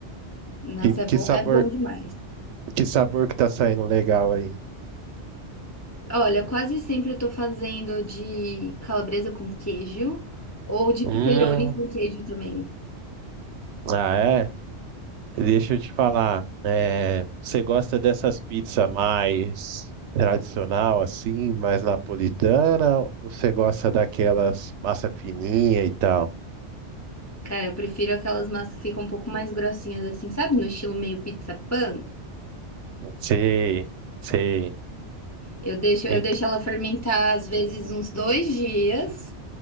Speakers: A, on the left (about 25°); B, on the right (about 80°).
A: Nossa,
B: Que, que
A: é bom,
B: sabor,
A: é bom demais.
B: que sabor que tá saindo legal aí?
A: Olha, quase sempre eu tô fazendo de calabresa com queijo ou de
B: Hum,
A: pepperoni com queijo também.
B: ah, é? Deixa eu te falar, eh, você gosta dessas pizzas mais tradicional, assim, mais napolitana, ou você gosta daquelas massa fininha e tal?
A: Cara, eu prefiro aquelas massas que ficam um pouco mais grossinhas assim, sabe? No estilo meio pizza pan.
B: Sei, sei.
A: Eu deixo, eu
B: Em
A: deixo ela fermentar às vezes uns dois dias.